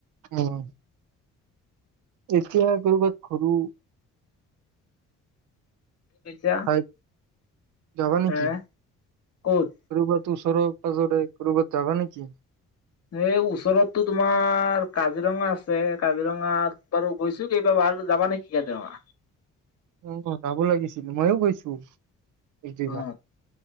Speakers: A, on the right (about 80°); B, on the left (about 55°).
A: উম। এতিয়া কৰ'বাত ঘুৰো।
B: <unintelligible>
A: <unintelligible> যাবা নেকি!
B: হে ক'ত
A: ক'ৰবাত ওচৰৰে-পাজৰে, ক'ৰবাত যাবা নেকি!
B: এই ওচৰতটো তোমাৰ কাজিৰঙা আছে, কাজিৰঙাত বাৰু গৈছো কেইবা বাৰ আৰু যাবা নেকি কাজিৰঙা!
A: উম, যাব লাগিছিল, ময়ো গৈছো। এইজেগা
B: অ